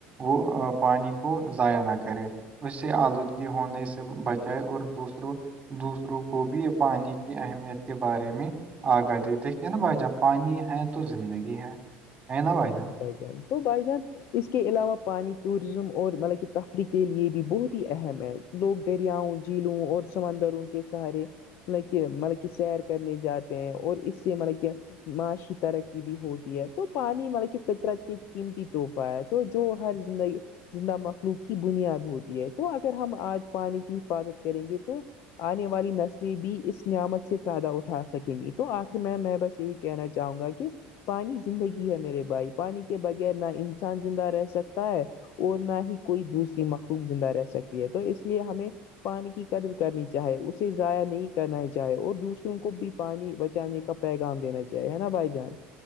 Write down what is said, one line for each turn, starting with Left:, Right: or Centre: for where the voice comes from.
Right: وہ پانی کو ضائع نہ کر کرے اس سے آلودگی ہونے سے بچائے اور دوسروں دوسروں کو بھی پانی کی اہمیت کے بارے میں آ کر دی دیک کہ نا بھائی جا پانی ہے تو زندگی ہے ہے نا بھائی جا
Left: بھ جان تو بائی جان اس کے علاوہ پانی ٹورزم اور مطلب کہ تفریح کے لیے بھی بہت ہی اہم ہے لوگ دریاؤں جیلوں اور سمندروں کے سہارے مطلب کہ مطلب کہ سیر کرنے جاتے ہیں اور اس سے مطلب کہ معاشی ترقی بھی ہوتی ہے تو پانچ نہیں مطلب کہ فطرت کی قیمتی تحفہ ہے تو جو ہر زندگی زندہ مخلوق کی بنیاد ہوتی ہے تو اگر ہم آج پانی کی حفاظت کریں گے تو آنے والی نسلیں بھی اس نعمت سے فائدہ اٹھا سکیں گی تو آخر میں میں بس ہی کہنا چاہوں گا کہ پانی زندگی ہے میرے بھائی پانی کے بغیر نہ انسان زندہ رہ سکتا ہے اور نہ ہی کوئی دوسری مخلوق زندہ رہ سکتی ہے تو اس لیے ہمیں پانی کی قدر کرنی چاہے اسے ضائع نہیں کرنا چاہے اور دوسروں کو بھی پانی بچانے کا پیغام دینا چاہے ہے نا بائی چانس